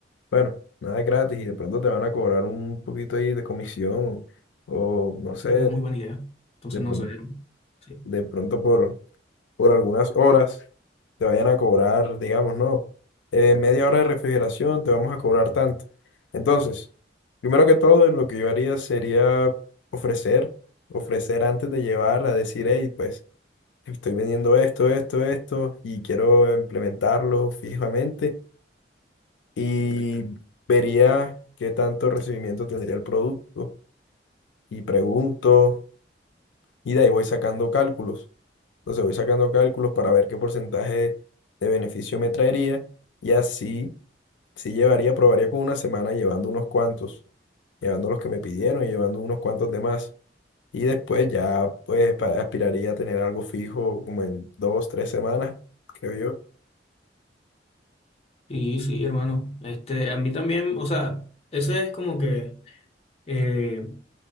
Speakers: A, on the left (about 85°); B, on the left (about 35°).
A: bueno, nada es gratis y de pronto te van a cobrar un poquito ahí de comisión o, no sé,
B: Sería muy buena idea. Entonces,
A: de pronto,
B: no sé. Sí,
A: de pronto por, por algunas horas te vayan a cobrar, digamos, no, eh, media hora de refrigeración te vamos a cobrar tanto. Entonces, primero que todo, lo que yo haría sería ofrecer, ofrecer antes de llevar a decir, hey, pues. Estoy vendiendo esto, esto, esto y quiero implementarlo fijamente y vería qué tanto recibimiento tendría el producto y pregunto y de ahí voy sacando cálculos. Entonces voy sacando cálculos para ver qué porcentaje de beneficio me traería y así si llevaría, probaría con una semana llevando unos cuantos, llevando los que me pidieron y llevando unos cuantos de más. Y después ya pues pa- aspiraría a tener algo fijo como en dos, tres semanas, creo yo.
B: sí, sí, hermano. Este, a mí también, o sea, ese es como que eh,